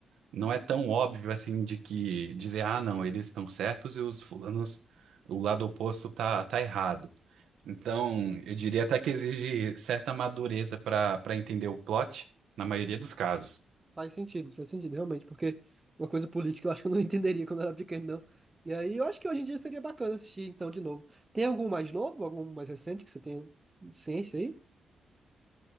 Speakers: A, on the right; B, on the right.
A: não é tão óbvio assim de que dizer, ah, não, eles estão certos e os fulanos, o lado oposto tá, tá errado. Então, eu diria até que exige certa madureza para para entender o plot na maioria dos casos.
B: Faz sentido, faz sentido, realmente, porque uma coisa política eu acho que eu não <laughs> entenderia quando eu era pequeno, não. E aí eu acho que hoje em dia seria bacana assistir então de novo. Tem algum mais novo, algum mais recente que você tenha ciência aí?